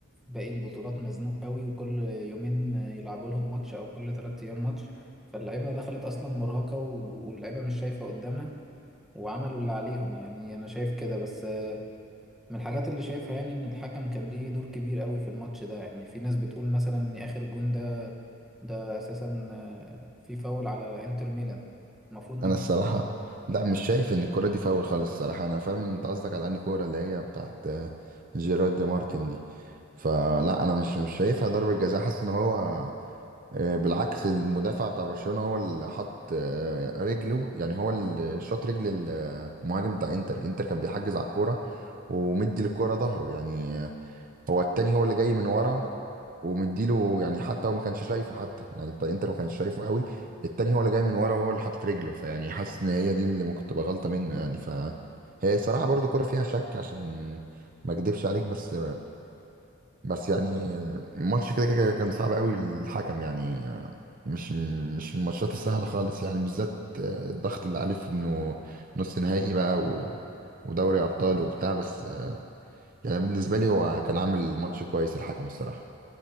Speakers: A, in the centre; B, on the right.
A: باقي البطولات مزنوق قوي وكل يومين يلعبوا لهم ماتش او كل ثلاث ايام ماتش فاللعيبه دخلت اصلا مرهقه و- واللعيبه مش شايفه قدامها وعملوا اللي عليهم يعني انا شايف كده بس من الحاجات اللي شايفها يعني ان الحكم كان ليه دور كبير قوي في الماتش ده يعني في ناس بتقول مثلا ان اخر جون ده ده اساسا آه، في فاول على انتر ميلان المفروض ما
B: انا
A: يتحسبش
B: الصراحه لا مش شايف ان الكوره دي فاول خالص الصراحه انا فاهم انت قصدك على انهي كوره اللي هي بتاعت آه، جيرارد دي مارتن دي فلا انا مش مش شايفها ضربه جزاء حاسس ان هو آه، بالعكس المدافع بتاع برشلونه هو اللي حط آه، رجله يعني هو اللي شاط رجل المهاجم بتاع انتر انتر كان بيحجز على الكوره ومدي للكوره ظهره يعني آه، هو التاني هو اللي جاي من ورا ومديله يعني حتى هو ما كانش شايفه حتى يعني بتاع انتر ما كانش شايفه قوي التاني هو اللي جاي من ورا وهو اللي حاطط رجله فيعني حاسس ان هي دي اللي ممكن تبقى غلطة منه يعني ف هي الصراحة برضو كرة فيها شك عشان ما اكدبش عليك بس بس يعني الماتش كده كده كان صعب قوي الحكم يعني مش مش من الماتشات السهلة خالص يعني بالذات الضغط اللي عليه في انه نص نهائي بقى و... ودوري ابطال وبتاع بس يعني بالنسبة لي هو كان عامل ماتش كويس الحكم الصراحة